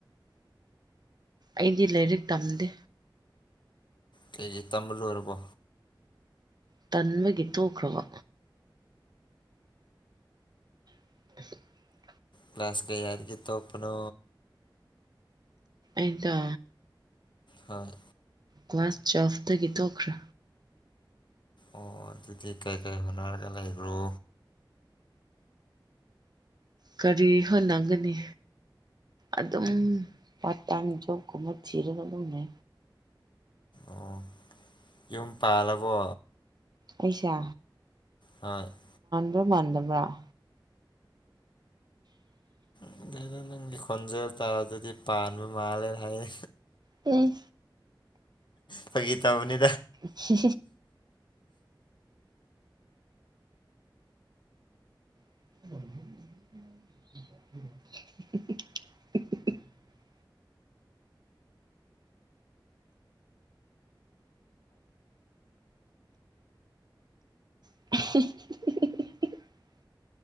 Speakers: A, on the right (about 55°); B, on the left (about 65°).
A: ꯑꯩꯗꯤ ꯂꯥꯏꯔꯤꯛ ꯇꯝꯗꯦ
B: ꯀꯦꯖꯤ ꯇꯝꯕꯂꯨꯨꯕꯣ
A: ꯇꯟꯕꯒꯤ ꯇ ꯊꯣꯛꯈ꯭ꯔꯕ <unintelligible> <inaudible>
B: ꯀ꯭ꯂꯥꯁꯥꯁ ꯀ ꯌꯥꯔꯒꯤ ꯇꯣꯄꯅꯣ
A: ꯑꯗ
B: ꯍꯣꯏ
A: ꯀ꯭ꯂꯥꯁ ꯇ꯭ꯋꯦꯜꯐꯇꯒꯤ ꯇꯣꯛꯈ꯭ꯔꯦ
B: ꯑꯣ ꯑꯗꯨꯗꯤ ꯀꯩ ꯀꯥꯏ ꯍꯅꯔꯒ ꯂꯩ ꯂꯩꯈ꯭ꯔꯣ
A: ꯀꯔꯤ ꯍ ꯂꯪꯒꯅꯤ ꯑꯗꯨꯝ ꯄꯥ ꯇꯝ ꯌꯣꯛꯀꯃ ꯊꯤꯔꯒ ꯑꯗꯨꯝꯅꯦ
B: ꯑꯣ ꯌꯨꯝ ꯄꯥꯜꯂꯕꯣ
A: ꯑꯩꯁꯥ
B: ꯑ <unintelligible> <inaudible>
A: ꯃꯥꯟꯗꯕꯔꯥ
B: ꯑꯗꯨꯗ ꯅꯪꯒꯤ ꯈꯣꯟꯖꯕ ꯇꯥꯔ ꯑꯗꯨꯗꯤ ꯄꯥꯟꯕ ꯃꯥꯜꯂꯦꯅ ꯍꯥꯏ
A: ꯎꯝ
B: ꯐ ꯒꯤ ꯇꯕꯨꯅꯤ
A: ꯁꯤ <unintelligible> <unintelligible>